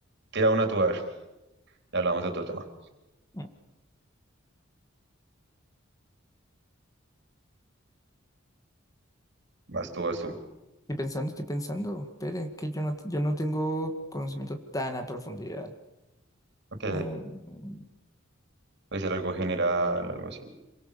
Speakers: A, on the right; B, on the left.
A: tira una tú a ver. Ya hablamos de otro tema.
B: Mm.
A: Vas tú, vas tú.
B: Estoy pensando, estoy pensando. Espere, que yo no, yo no tengo conocimiento tan a profundidad.
A: Ok,
B: Eh, mm,
A: puede ser algo general, algo así.